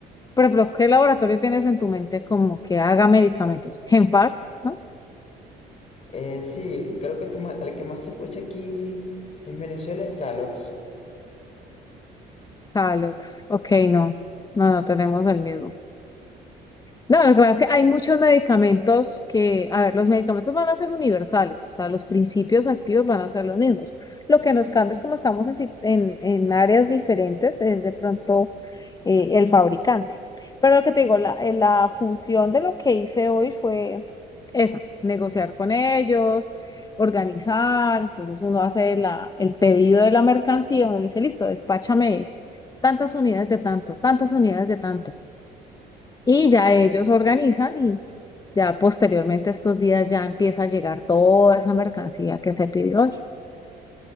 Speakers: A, on the left; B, on the left.
A: Por ejemplo, ¿qué laboratorio tienes en tu mente como que haga medicamentos? Genfar, ¿no?
B: eh, sí, creo que el que más, el que más se escucha aquí en Venezuela es Calox.
A: Calox. Ok, no. No, no tenemos el mismo. No, lo que pasa es que hay muchos medicamentos que, a ver, los medicamentos van a ser universales, o sea, los principios activos van a ser los mismos. Lo que nos cambia es como estamos en, si- en, en áreas diferentes, es de pronto eh, el fabricante. Pero lo que te digo, la, eh, la función de lo que hice hoy fue esa, negociar con ellos, organizar. Entonces uno hace la, el pedido de la mercancía, uno le dice, listo, despáchame tantas unidades de tanto, tantas unidades de tanto. Y ya ellos organizan y ya posteriormente estos días ya empieza a llegar toda esa mercancía que se pidió hoy.